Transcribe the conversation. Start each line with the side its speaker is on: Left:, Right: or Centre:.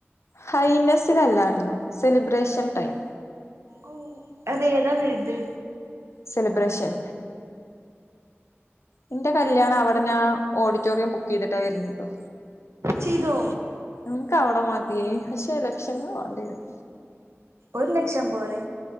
Left: ഹൈനെസ്സിലല്ലായിരുന്നു സെലിബ്രേഷൻ ടൈം
Right: ഓ അത് ഏതാ വലുത്
Left: സെലിബ്രേഷൻ ഇന്റെ കല്യാണം അവിടെ ഞാ ഓഡിറ്റോറിയം ബുക്ക് ചെയ്തിട്ടാ വരുന്ന ട്ടോ
Right: ചെയിതോ
Left: ഇൻക്ക് അവിടെ മതിയേ പക്ഷെ ലക്ഷങ്ങ വാണ്ടിരും
Right: ഒരു ലക്ഷം പോരെ